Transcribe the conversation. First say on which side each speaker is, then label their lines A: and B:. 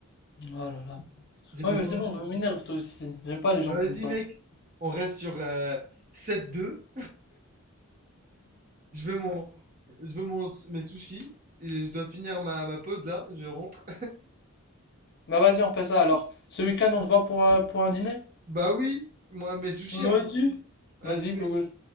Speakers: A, on the left; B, on the right.
A: Oh là là.
B: J'ai
A: Ouais,
B: besoin.
A: mais c'est bon,
B: de-
A: m'énerve toi aussi. J'aime pas les gens
B: Vas-y,
A: comme ça.
B: mec. On reste sur euh, 7-2. Je veux mon, je veux mon, mes sushis. Et je dois finir ma, ma pause là. Je rentre.
A: Bah, vas-y, on fait ça alors. Ce week-end, on se voit pour, euh, pour un dîner?
B: Bah oui, moi mes sushis,
A: Vas-y.
B: hein. Vas-y.
A: Vas-y, Pogos.